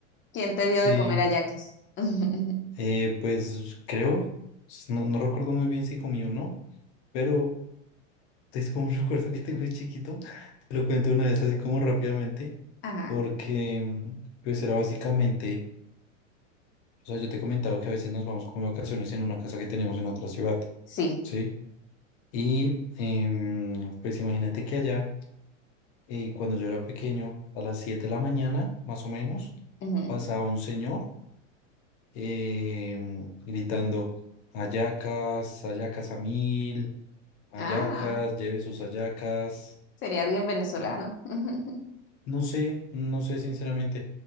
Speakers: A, on the left; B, on the left.
A: ¿Quién te dio
B: Sí,
A: de comer hallacas? <laughs>
B: eh, pues creo, s- no, no recuerdo muy bien si comí o no, pero es como un <laughs> recuerdo que tengo de chiquito. Te lo cuento una vez así como rápidamente,
A: Ajá,
B: porque pues era básicamente... O sea, yo te he comentado que a veces nos vamos como de vacaciones en una casa que tenemos en otra ciudad,
A: sí.
B: ¿sí? Y em, pues imagínate que allá, eh, cuando yo era pequeño, a las 7 de la mañana, más o menos,
A: ujú.
B: pasaba un señor em, gritando, hallacas, hallacas a mil, hallacas,
A: Ah,
B: lleve sus hallacas,
A: sería alguien venezolano. <laughs>
B: No sé, no sé sinceramente,